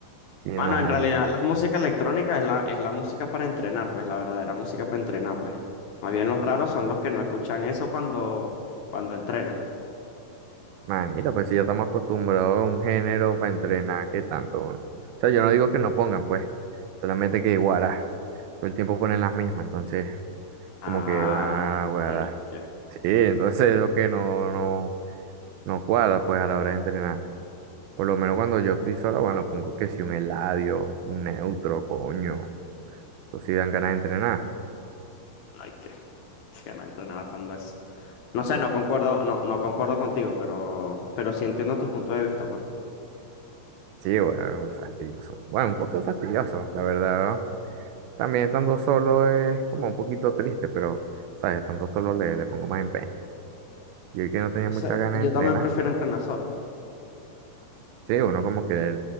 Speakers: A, on the right (about 85°); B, on the left (about 65°).
A: y, y no,
B: Bueno, en
A: hombre.
B: realidad la música electrónica es la, es la música para entrenar, pues la verdadera música para entrenar, pues. Más bien los raros son los que no escuchan eso cuando, cuando entrenan.
A: Manito, pues si ya estamos acostumbrados a un género para entrenar, ¿qué tanto? O sea, yo no digo que no pongan, pues, solamente que guará, todo el tiempo ponen las mismas, entonces,
B: Ah,
A: como que, ah,
B: no
A: guará.
B: hay que,
A: Sí, entonces es lo que no, no, no cuadra, pues, a la hora de entrenar. Por lo menos cuando yo estoy solo, bueno, pongo que si un Eladio, un Neutro, coño, o si dan ganas de entrenar.
B: no hay que, que ganas entrenaba tanto eso. No sé, no concuerdo, no, no concuerdo contigo, pero, pero sí entiendo tu punto de vista, pues.
A: Sí, bueno, fastidioso. Bueno, un poco fastidioso, la verdad, ¿no? También estando solo es como un poquito triste, pero, ¿sabes? Estando solo le, le pongo más empeño. Y el que no tenía
B: No
A: muchas
B: sé,
A: ganas
B: yo
A: de entrenar,
B: también prefiero entrenar solo.
A: sí, uno como que le,